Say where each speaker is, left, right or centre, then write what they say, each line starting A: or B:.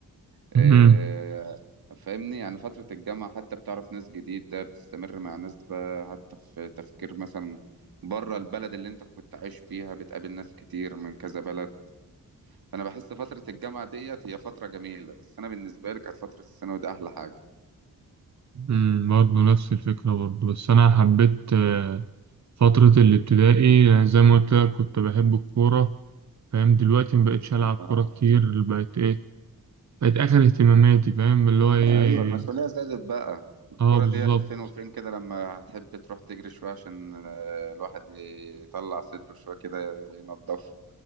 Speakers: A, on the right; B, on the right.
A: آه،
B: <laughs>
A: فاهمني يعني فترة الجامعة حتى بتعرف ناس جديدة بتستمر مع ناس بقى حتى في تفكير مثلا بره البلد اللي انت كنت عايش فيها بتقابل ناس كتير من كذا بلد فأنا بحس فترة الجامعة ديت هي فترة جميلة بس أنا بالنسبة لي كانت فترة الثانوي دي أحلى حاجة
B: امم برضه نفس الفكرة برضه بس أنا حبيت آه، فترة الابتدائي يعني زي ما قلت لك كنت بحب الكورة فاهم دلوقتي مبقتش ألعب كورة
A: اه
B: كتير بقت إيه بقت آخر اهتماماتي فاهم اللي هو إيه
A: ايوه المسؤوليه زادت بقى الكرة
B: آه بالظبط
A: ديت فين وفين كده لما هتحب تروح تجري شويه عشان آه، الواحد يطلع صدره شويه كده ينضف